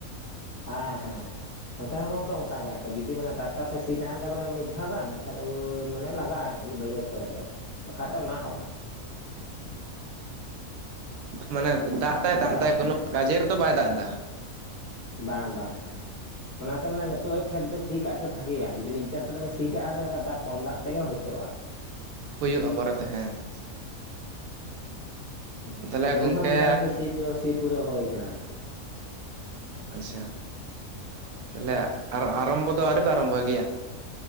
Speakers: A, on the left (about 25°); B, on the right (about 75°).
A: ᱦᱟᱸ ᱦᱮᱸ ᱾ ᱱᱚᱛᱮ ᱦᱚᱸ ᱜᱚᱝᱠᱮ ᱚᱱᱠᱟᱜᱮ ᱟᱨᱠᱤ ᱡᱩᱫᱤ ᱢᱟᱱᱮ ᱴᱨᱟᱠᱴᱟᱨ ᱛᱮ ᱥᱤ ᱛᱟᱦᱮᱱ ᱛᱟᱵᱮᱱᱟ ᱢᱤᱫ ᱫᱷᱟᱣ ᱜᱟᱱ ᱮᱱᱠᱷᱟᱡ ᱳᱭ ᱢᱟᱱᱮ ᱞᱟᱜᱟᱜᱼᱟ ᱟᱨ ᱠᱤ ᱵᱟᱹᱭᱦᱟᱹᱲ ᱠᱚᱨᱮ ᱫᱚ ᱵᱟᱠᱷᱟᱡ ᱫᱚ ᱚᱱᱟ ᱦᱚᱸ ᱵᱟᱝ ᱾
B: ᱢᱟᱱᱮ ᱫᱟᱜ ᱮᱫᱟ ᱫᱟᱜ
A: ᱦᱮᱸ ᱵᱟᱝ
B: ᱮᱫᱟ ᱠᱳᱱᱳ ᱠᱟᱡᱮ ᱨᱮᱫᱚ ᱵᱟᱭ ᱫᱟᱜ ᱮᱫᱟ ᱾
A: ᱵᱟᱝ ᱵᱟᱝ ᱵᱟᱝ ᱚᱱᱟᱛᱮ ᱢᱟᱱᱮ ᱦᱤᱛᱚᱜ ᱨᱮ ᱠᱷᱮᱛ ᱫᱚ ᱥᱤ ᱠᱟᱜ ᱜᱮ ᱵᱷᱟᱜᱮᱭᱟ ᱡᱩᱫᱤ ᱢᱤᱫ ᱪᱟᱥ ᱨᱮᱢᱮ ᱥᱤ ᱠᱟᱜᱼᱟ ᱥᱮ ᱮᱱᱠᱷᱟᱜ ᱫᱟᱜ ᱠᱚᱢ ᱫᱟᱜ ᱛᱮᱜᱮ ᱦᱩᱭᱩᱜᱼᱟ ᱾
B: ᱦᱩᱭᱩᱜᱼᱟ ᱯᱚᱨᱮᱛᱮ ᱦᱮᱸ ᱾
A: ᱦᱩᱸ
B: ᱛᱟᱦᱚᱞᱮ
A: ᱟᱹᱞᱤᱧ
B: ᱜᱚᱝᱠᱮ
A: ᱦᱚᱸ ᱢᱚᱴᱟᱢᱩᱴᱤ ᱥᱤ ᱫᱚ ᱥᱤ ᱯᱩᱨᱟᱹ ᱦᱩᱭ ᱠᱟᱱᱟ ᱟᱨᱠᱤ ᱾
B: ᱟᱪᱪᱷᱟ, ᱛᱟᱦᱚᱞᱮ ᱟᱨᱟ-ᱟᱨᱟᱢᱵᱚ ᱫᱚ ᱟᱨᱣᱨᱤ ᱯᱮ ᱟᱨᱟᱢᱵᱚ ᱜᱮᱭᱟ?